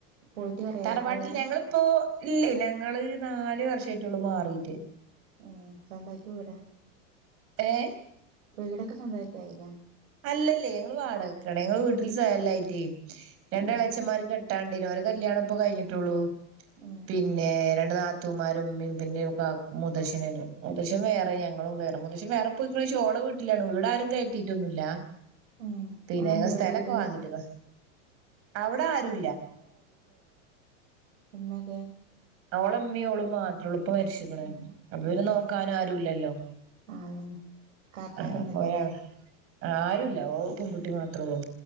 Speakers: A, on the right; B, on the right.
A: പോയിട്ട് കൊറേയായോ
B: തറവാട്ടിൽ
A: ഇങ്ങള് വേറെ
B: ഞങ്ങളിപ്പോ ഇല്ല ഞങ്ങള് നാലു വർഷമായിട്ടള്ളൂ മാറീട്ട്
A: ഏ സ്വന്തമായിട്ട് വീടാ
B: ഏ
A: വീടൊക്കെ സ്വന്തമായിട്ടായില്ലേ
B: അല്ലല്ലേ ഞങ്ങൾ വാടകക്കണ്. ഞങ്ങള് വീട്ടിൽ സഥലയില്ലായിറ്റ്. രണ്ട്
A: ഏ
B: ഇളച്ചന്മാർ ക - ട്ടാണ്ടിന ഒരു കല്യാണം. പ്പ കഴിഞ്ഞിട്ടുള്ളൂ
A: ഏ
B: പിന്നെ രണ്ട് നാ- <unintelligible> ത്തുമാരും പിന്നെ മൂത്തച്ചൻ മൂത്തച്ചൻ വേറെ ഞങ്ങളും വേറെ മൂത്തച്ചൻവേറെ പോയിക്കണ - ഓള <unintelligible> വീട്ടിലാണ് വീടാരും കയറ്റീട്ടൊന്നുംല്ല
A: ഏ
B: പിന്നെ
A: അതെന്തേ
B: സ്ഥലൊക്കെ
A: അവിടെ വീട്ടില്
B: വാങ്ങീട്ട്ക്ക്ണ് അവിടെ ആരു
A: ഉമ്മക്കെ
B: അവളമ്മിം ഓള് മാത്രേ ഉള്ളു ഇപ്പ മരിച്ചിക്ക്ണ്.
A: ഉം
B: അപ്പൊ പിന്നെ
A: ഏ
B: നോക്കാനും
A: ഏ
B: ആരുല്ലല്ലോ?
A: ആ
B: ആഹ് അപ്പൊ ഒരാള് ആരുല്ല ഓ പെൺകുട്ടി
A: ഉം
B: മാത്രമേ ഉള്ളൂ.